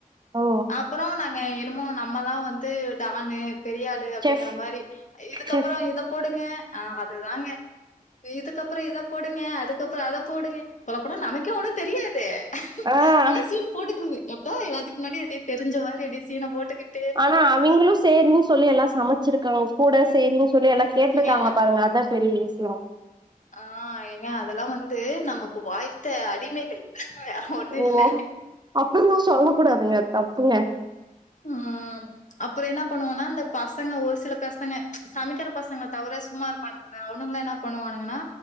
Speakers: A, on the right; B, on the left.
A: ஓ
B: அப்பறொ நா ங என்னமோ நம்மதா வந்து டானு பெரியாளு அப்டிங்கற
A: செஃப்
B: மாரி இதுக்கப்பறொ
A: செஃப்
B: இத போடுங்க ஆ அதுதாங்க இதுக்கப்பறொ இத போடுங்க அதுக்கப்புறொ அத போடுங்க சொல்ல போன நமக்கே ஒண்ணு தெரியாது
A: ஆ
B: ஆனா சீன் போட்டுக்கிறது எப்பா எல்லாதுக்கு முன்னாடி ஆப்டி தெரிஞ்ச மாரி அப்டியே சீன போட்டுக்கிட்
A: ஆனா அவிங்களு சேரின் சொல்லி எல்லா சமைச்சிருக்காங்க கூட சேரின்னு சொல்லி எல்லா கேட்ருக்காங்களா
B: ஏங்க
A: பாருங்க அதா பெரிய விஷயொ
B: ஆ ஏங்க அதெல்லா வந்து நமக்கு வாய்த்த அடிமைகள் ஒண்ணு
A: ஓ
B: இல்ல
A: அப்பில்லா சொல்ல கூடாதுங்க தப்புங்க
B: ஆம் அப்புறொ என்ன பண்ணுவோனா இந்த பசங்க ஒரு சில பசங்க சமைக்கிற பசங்களை தவற சும்மா இருப்பானங்களே அவனுங்கள என்னா பண்ணுவுங்கன்னா